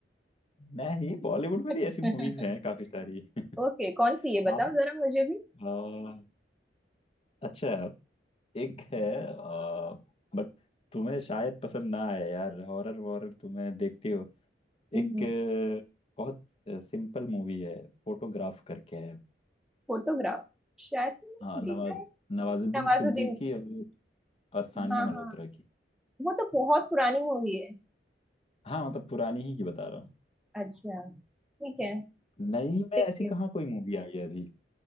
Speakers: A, on the left (about 35°); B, in the centre.
A: नहीं बॉलीवुड में
B: पड़ेगा
A: भी ऐसी मूवीज हैं काफी सारी
B: <laughs>
A: <laughs>
B: ओके कौन सी है बताओ
A: हाँ
B: जरा मुझे
A: अ, अच्छा एक है आ, बट तुम्हें शायद पसंद ना आए यार हॉरर वॉरर तुम्हें देखती हो
B: भी
A: एक अ, बहुत सिंपल मूवी है फोटोग्राफ करके है
B: फोटोग्राफ शायद तुमने
A: हाँ नवाज
B: देखा है
A: नवाजुद्दीन
B: नवाजुद्दीन
A: सिद्दीकी
B: की
A: और, और सानिया
B: हाँ हाँ
A: मल्होत्रा की
B: वो तो बहुत पुरानी मूवी है
A: हाँ मतलब पुरानी ही की बता रहा हूँ
B: अच्छा ठीक है
A: नई में
B: देखती
A: ऐसी
B: हूँ
A: कहाँ कोई मूवी आई है अभी